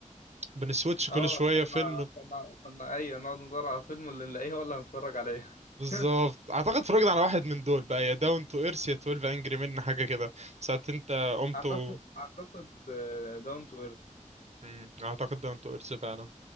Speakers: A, on the right; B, on the left.
A: بنسويتش كل
B: اه
A: شوية فيلم
B: كنا كنا كنا ايوه نقعد ندور على فيلم اللي نلاقيه هو اللي هنتفرج عليه <laughs>
A: بالظبط اعتقد اتفرجت على واحد من دول بقى يا داون تو ايرث يا 12 انجري من حاجة كده ساعة انت قمت
B: اعتقد
A: و...
B: اعتقد داون تو ايرث
A: مم، اعتقد داون تو ايرث فعلا